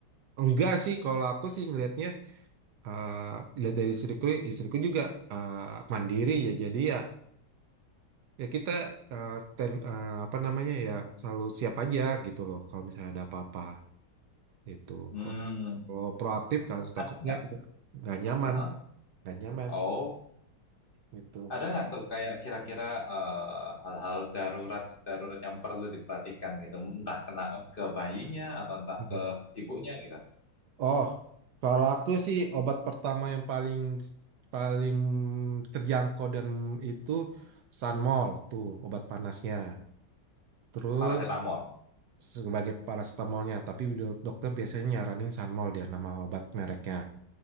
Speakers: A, on the right (about 75°); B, on the left (about 40°).
A: enggak sih kalau aku sih ngelihatnya eh lihat dari istriku istriku juga eh, mandiri ya jadi ya ya kita eh, stand eh, apa namanya ya selalu siap aja gitu loh kalau misalnya ada apa-apa itu
B: hmm
A: Kalau proaktif kan takutnya
B: ada nggak?
A: nggak nyaman,
B: Heeh.
A: nggak nyaman
B: Oh
A: gitu.
B: Ada nggak tuh kayak kira-kira eh, hal-hal darurat darurat yang perlu diperhatikan gitu, entah kena ke bayinya atau entah
A: Hmm.
B: ke ibunya gitu.
A: Oh, kalau aku sih obat pertama yang paling paling terjangkau dan itu Sanmol tuh obat panasnya. Terus
B: Paracetamol,
A: sebagai paracetamolnya, tapi do- dokter biasanya nyaranin Sanmol dia nama obat mereknya.